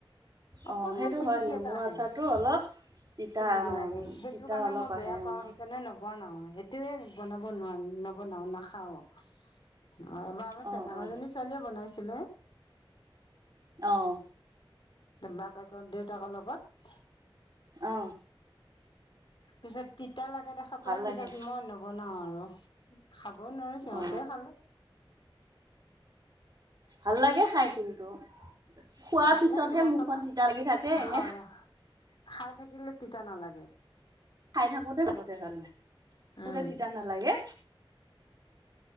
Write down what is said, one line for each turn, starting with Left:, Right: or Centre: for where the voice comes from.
Right: অ
Left: অকণমান
Right: সেইটো
Left: টিতিকি
Right: হয় নেমু
Left: এটা আহে।
Right: আচাৰটো অলপ তিতা
Left: তেতিকি
Right: অ
Left: লাগে। সেইটো
Right: তিতা
Left: কাৰণে
Right: অলপ
Left: মই
Right: আহে
Left: বেয়া
Right: অ
Left: পাও সেইকাৰণে নৱনাও। সেইটোয়ে বনাব নোৱাৰো নবনাও নাখাও। অ এবাৰ আমাৰ
Right: অ অ
Left: ডাঙৰ
Right: অ
Left: জনী ছোৱালীয়ে বনাইছিলে।
Right: আহ
Left: বাপেকৰ দেউতাকৰ লগত।
Right: অ
Left: পিছত তিতা লাগা দেখা পাই,
Right: ভাল
Left: পিছত
Right: লাগে
Left: মই নবনাও আৰু খাবও নোৱাৰো সিহঁতে
Right: অ
Left: খালে।
Right: ভাল লাগে খাই কিন্তু। খোৱাৰ
Left: ভাল
Right: পিছতহে
Left: লাগে মছলা
Right: মুখখন তিতা লাগি থাকে। এনে
Left: হয় খাই থাকিলে তিতা নালাগে।
Right: খাই থাকোতে
Left: উম
Right: তিতা নালাগে।